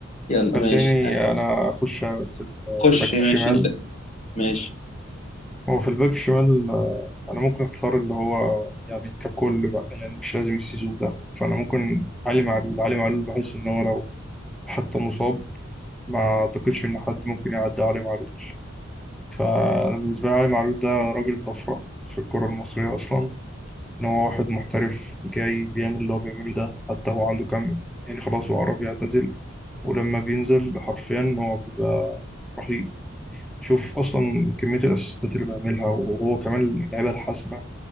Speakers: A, on the left (about 35°); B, in the centre.
A: يلا
B: خليني
A: ماشي ها،
B: انا اخش في الباك
A: خش
B: الشمال
A: ماشي انت ماشي
B: هو في الباك الشمال انا ممكن اختار اللي هو يعني ككل بقى يعني مش لازم السيزون ده فانا ممكن علي معلول علي معلول بحس ان هو لو حتى مصاب ما اعتقدش ان حد ممكن يعدي علي معلول فانا بالنسبه لي علي معلول ده راجل طفره في الكره المصريه اصلا ان هو واحد محترف جاي بيعمل اللي هو بيعمله ده حتى هو عنده كام يعني خلاص هو قرب يعتزل ولما بينزل حرفيا هو بيبقى رهيب شوف اصلا كميه الاسيستات اللي بيعملها وهو كمان من اللعيبه الحاسمه